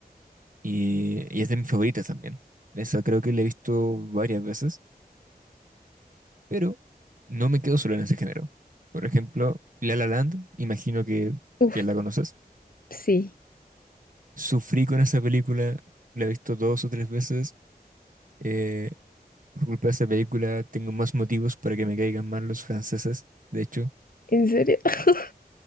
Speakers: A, on the right (about 55°); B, on the left (about 60°).
A: y, y es de mis favoritas también. Esa creo que la he visto varias veces, pero no me quedo solo en ese género. Por ejemplo, La La Land, imagino que,
B: Uf,
A: que la conoces.
B: sí.
A: Sufrí con esa película, la he visto dos o tres veces. eh, por culpa de esa película tengo más motivos para que me caigan mal los franceses, de hecho.
B: ¿En serio? <laughs>